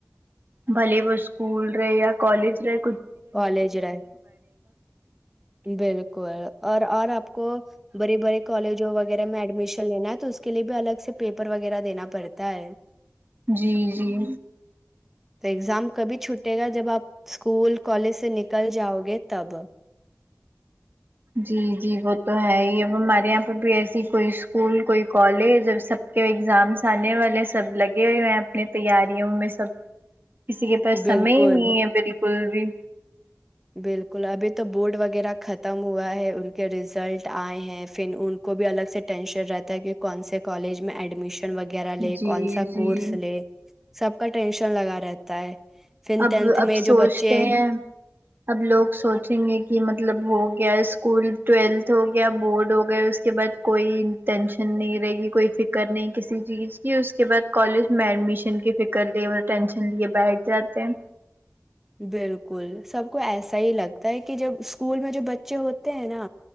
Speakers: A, on the right; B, in the centre.
A: بلے وہ اسکول رہے یا کالج رہ
B: کالج رہے بالکل اور اور آپ کو بڑی بڑے کالجوں وغیرہ میں ایڈمیشن لینا ہے تو اس کےے بھی الگ سے پیپر پر وغیرہ دینا پڑتا ہے
A: جی جی
B: تو ایگزام کبھی چھٹے گا جب آپ اسکول کالج سے نکل جاؤ گے تب
A: جی جی وہ تو ہے ہی اب ہمارے یہاں پہ بھی ایسی کوئی اسکول کوئی کالج جب سب کے ایگزامس آنے والے سب لگے ہوئے ہیں اپنی تیاریوں میں سب کسی کے پاس
B: بالکل
A: سمے ہی نہیں ہے بالکل بھی
B: بالکل ابھی تو بورڈ وغیرہ ختم ہوا ہے ان کے ریزلٹ آئے ہیں پھر ان کو بھی الگ سے ٹینشن رہتا ہے کہ کون سے کالج میں ایڈمیشن وغیرہ لے
A: جی
B: کون سا
A: جی
B: کورس لے سب کا ٹینشن لگا رہتا ہے فن
A: اب
B: ٹینتھ
A: اب
B: میں
A: سوچتے
B: جو بچے
A: ہیں اب لوگ سوچیں گے کہ مطلب ہو گیا اسکول ٹویلتھ ہو گیا بورڈ ہو گیا اس کے بعد کوئی ٹینشن نہیں رہے گی کوئی فکر نہیں کسی چیز کی اس کے بعد کالج میں ایڈمیشن کی فکر لے ٹینشن لیے بیٹھ جات ت
B: بالکل سب کو ایسا ہی لگتا ہے کہ جب اسکول میں جو بچے ہوتے ہیں نا